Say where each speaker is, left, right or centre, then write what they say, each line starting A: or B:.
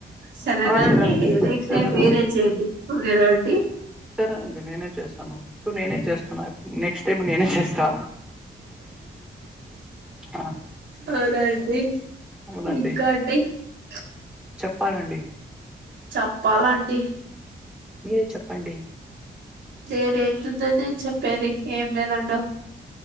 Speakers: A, on the right (about 80°); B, in the centre.
A: సరేనా
B: ఆ సరేనండి
A: అండి నెక్స్ట్
B: సరేనండి
A: టైమ్ వేరే చేయండి ఓకేనా అండి
B: సరేనండి నేనే చేస్తాను ఇప్పుడు నేనే చేస్తున్నా నెక్స్ట్ టైం నేనే చేస్తా ఆ
A: అవునా అండి
B: అవునండి
A: <unintelligible>
B: చెప్పాలండి
A: చెప్పాలండి
B: మీరే చెప్పండి
A: తేరేతుతది చెప్పేది ఎమ్ లేదండమ్